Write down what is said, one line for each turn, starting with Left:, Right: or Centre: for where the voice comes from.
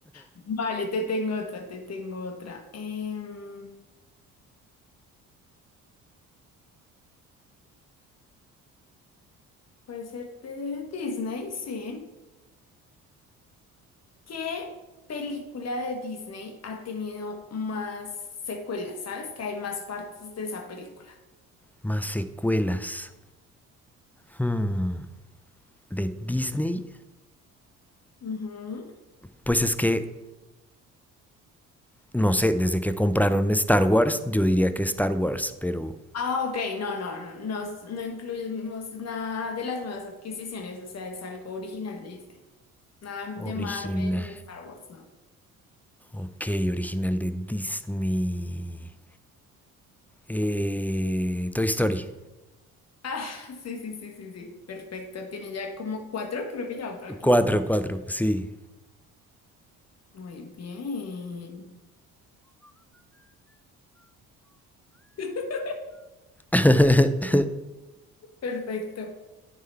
Left: Vale, te tengo otra, te tengo otra. Em, Puede ser de Disney, sí. ¿Qué película de Disney ha tenido más secuelas? ¿Sabes? Que hay más partes de esa película.
Centre: Más secuelas. Hmm, ¿De Disney?
Left: Ujú.
Centre: Pues es que, no sé, desde que compraron Star Wars, yo diría que Star Wars, pero
Left: Ah, ok, no, no, no, no, s- no incluimos nada de las nuevas adquisiciones, o sea, es algo original de Disney. Nada
Centre: Original.
Left: de Marvel ni Star Wars, no.
Centre: Ok, original de Disney. Eh, Toy Story.
Left: <laughs> Sí, sí, sí, sí, sí, perfecto. Tiene ya como cuatro, creo que ya va para la quinta.
Centre: cuatro, cuatro, sí.
Left: Muy bien, <laughs>
Centre: <laughs>
Left: perfecto.